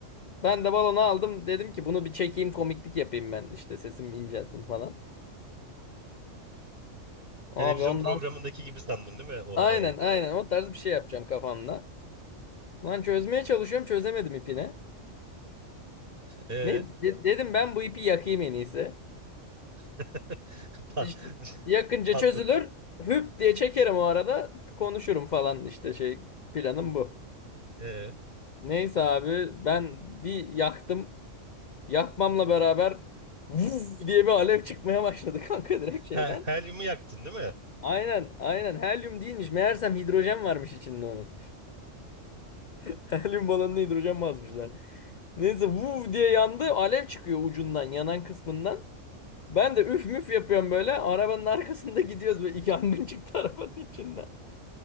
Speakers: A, on the left; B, on the right.
A: Ben de balonu aldım. Dedim ki bunu bir çekeyim komiklik yapayım ben. İşte sesim incelsin falan. Abi
B: Televizyon
A: ondan
B: programındaki gibi sandın değil mi o
A: aynen
B: havayı?
A: aynen
B: <laughs>
A: o tarz bir şey yapacağım kafamda. Lan çözmeye çalışıyorum çözemedim ipini.
B: Ee,
A: Ne de- dedim ben bu ipi yakayım en iyisi.
B: <laughs> Pa-
A: İşte
B: <laughs>
A: yakınca
B: patlattın.
A: çözülür. Hüp diye çekerim o arada konuşurum falan işte şey planım bu.
B: Ee,
A: Neyse abi ben bir yaktım. Yakmamla beraber vuz diye bir alev çıkmaya başladı <laughs> kanka direkt şeyden.
B: ha, helyumu yaktın değil mi? <laughs>
A: Aynen aynen helyum değilmiş meğersem hidrojen varmış içinde onun. <laughs> Helyum balonuna hidrojen basmışlar. Neyse vuv diye yandı. Alev çıkıyor ucundan, yanan kısmından. Ben de üf müf yapıyorum böyle. Arabanın arkasında <laughs> gidiyoruz böyle. İki Yangın çıktı <laughs> arabanın içinde.